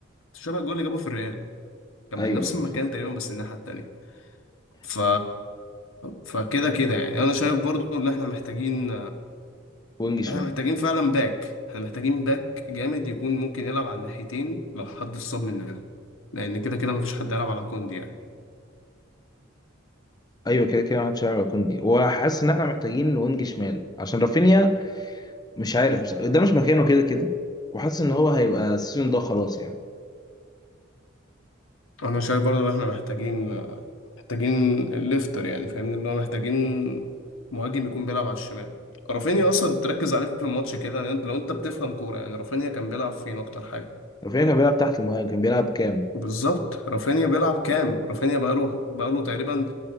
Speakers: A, on the left (about 75°); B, on the left (about 20°).
A: شبه الجول اللي جابه في الريال كان
B: ايوه
A: من نفس
B: ايوه
A: المكان
B: فكر
A: تقريبا بس الناحية التانية ف فكده كده يعني انا شايف برضو ان احنا محتاجين
B: وينج شمال
A: احنا محتاجين فعلا باك احنا محتاجين باك جامد يكون ممكن يلعب على الناحيتين لو حد اتصاب مننا لان كده كده مفيش حد يلعب على كوندي يعني
B: ايوه كده كده محدش يعرف كوندي وحاسس ان احنا محتاجين وينج شمال عشان رافينيا مش عارف بصراحة. ده مش مكانه كده كده وحاسس ان هو هيبقى السيزون ده خلاص يعني
A: انا شايف برضو ان احنا محتاجين محتاجين الليفتر يعني فاهمني اللي هو محتاجين مهاجم يكون بيلعب على الشمال رافينيا اصلا تركز عليه في الماتش كده لأن لو انت بتفهم كوره يعني رافينيا كان بيلعب فين اكتر حاجه
B: رافينيا كان بيلعب تحت المهاجم كان بيلعب كام
A: بالظبط رافينيا بيلعب كام رافينيا بقاله بقاله تقريبا